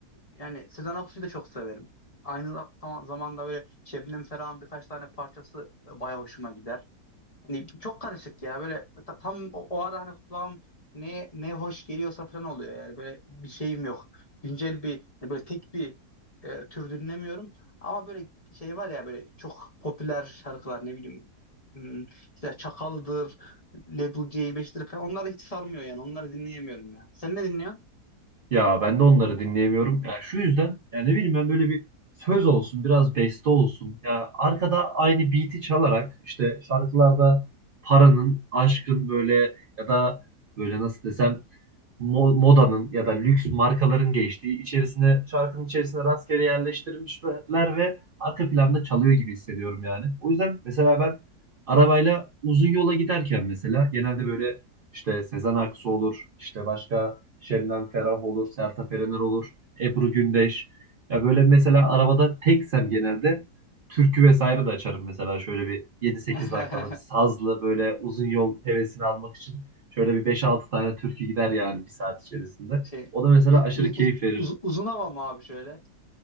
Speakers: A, on the left; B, on the right.
A: Yani Sezen Aksu'yu da çok severim. Aynı za- zam- zamanda böyle Şebnem Ferah'ın birkaç tane parçası e, baya hoşuma gider. Hani çok karışık ya böyle ta- tam o, o ara hani kulağım ne ne hoş geliyorsa falan oluyor yani böyle bir şeyim yok. Güncel bir hani böyle tek bir e, tür dinlemiyorum ama böyle şey var ya böyle çok popüler şarkılar ne bileyim hmm, işte Çakal'dır, Level C5'tir falan onları hiç sarmıyor yani onları dinleyemiyorum ya. Sen ne dinliyorsun?
B: Ya ben de onları dinleyemiyorum. Ya şu yüzden yani ne bileyim ben böyle bir söz olsun, biraz beste olsun. Ya arkada aynı beat'i çalarak işte şarkılarda paranın, aşkın böyle ya da böyle nasıl desem mo- modanın ya da lüks markaların geçtiği içerisine şarkının içerisine rastgele yerleştirilmişler ve arka planda çalıyor gibi hissediyorum yani. O yüzden mesela ben arabayla uzun yola giderken mesela genelde böyle işte Sezen Aksu olur. işte başka Şebnem Ferah olur. Sertab Erener olur. Ebru Gündeş. Ya böyle mesela arabada teksem genelde türkü vesaire de açarım mesela şöyle bir yedi sekiz
A: <laughs>
B: dakikalık sazlı böyle uzun yol hevesini almak için şöyle bir beş altı tane türkü gider yani bir saat içerisinde.
A: Şey
B: O da mesela
A: u-
B: aşırı
A: u-
B: keyif
A: u-
B: verir.
A: uz- uzun hava mı abi şöyle?